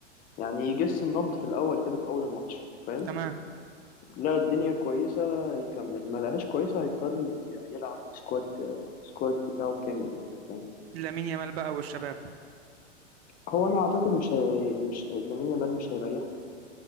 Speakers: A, on the left (about 25°); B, on the right (about 55°).
A: يعني يجس النبض في الاول كده في اول الماتش فاهم
B: تمام
A: لا الدنيا كويسة يكمل ما لهاش كويسة هيضطر ي- يلعب بسكواد سكواد بتاعه كامل يعني فاهم
B: لامين يامال بقى والشباب
A: هو انا اعتقد مش هي... مش لامين يامال مش هيريح